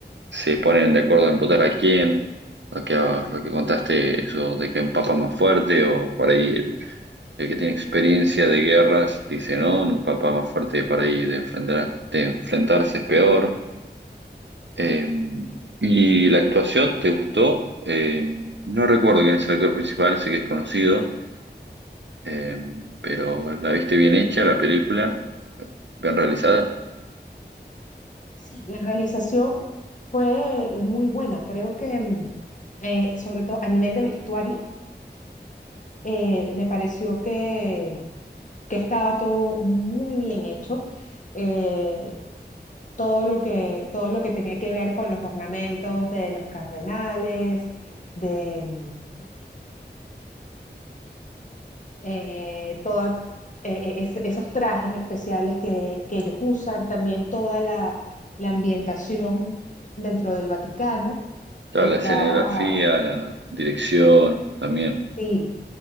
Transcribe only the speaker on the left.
Sí, la realización fue eh, muy buena, creo que mm, eh, sobre todo a nivel de vestuario eh, me pareció que, que estaba todo muy bien hecho. eh, todo lo que, todo lo que tenía que ver con los ornamentos de los cardenales, de mm, eh, toda- eh, eh, es- esos trajes especiales que, que ellos usan, también toda la, la ambientación dentro del Vaticano.
Está,
sí,